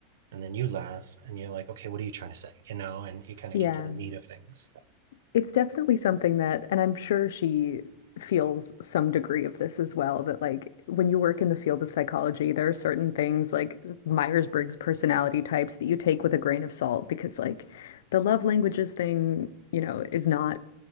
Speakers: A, on the right (about 85°); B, on the left (about 80°).
A: and then you laugh and you're like okay what are you trying to say you know and you kind
B: Yeah.
A: of get to the meat of things
B: It's definitely something that, and I'm sure she feels some degree of this as well, that like when you work in the field of psychology, there are certain things like Myers-Briggs personality types that you take with a grain of salt because like the love languages thing, you know, is not